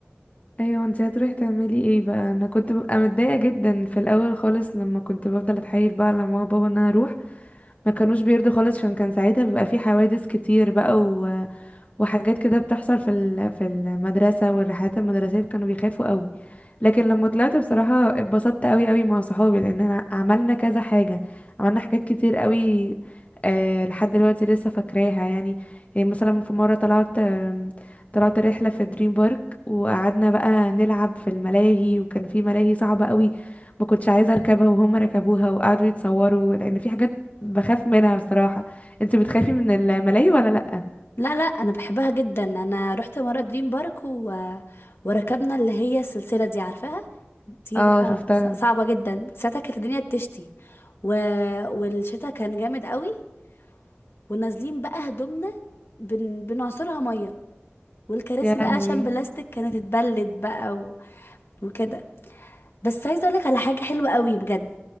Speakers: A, on the left (about 35°); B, on the left (about 75°).
A: ايوه انتي هتروحي تعملي ايه بقى انا كنت ببقى متضايقه جدا في الاول خالص لما كنت بفضل اتحايل بقى على ماما وبابا ان انا اروح ما كانوش بيرضوا خالص عشان كان ساعتها بيبقى في حوادث كتير بقى وحاجات كده بتحصل في ال- في المدرسة والرحلات المدرسية كانوا بيخافوا قوي لكن لما طلعت بصراحة اتبسطت قوي قوي مع صحابي لان احنا عملنا كذا حاجة عملنا حاجات كتير قوي آه لحد دلوقتي لسه فاكراها يعني يعني مثلا في مرة طلعت آم، طلعت رحلة في دريم بارك وقعدنا بقى نلعب في الملاهي وكان في ملاهي صعبة قوي ما كنتش عايزة اركبها وهم ركبوها وقعدوا يتصوروا لان في حاجات بخاف منها بصراحة انت بتخافي من الملاهي ولا لا
B: لا لا انا بحبها جدا انا رحت مرة دريم بارك و... وركبنا اللي هي السلسلة دي عارفاها دي
A: اه
B: بقى
A: شفتها
B: ص- صعبة جدا ساعتها كانت الدنيا بتشتي و... والشتا كان جامد قوي ونازلين بقى هدومنا بن... بنعصرها مية والكراسي
A: يا
B: بقى
A: لهوي
B: عشان بلاستيك كانت اتبلت بقى و... وكده بس عايزة اقولك على حاجة حلوة قوي بجد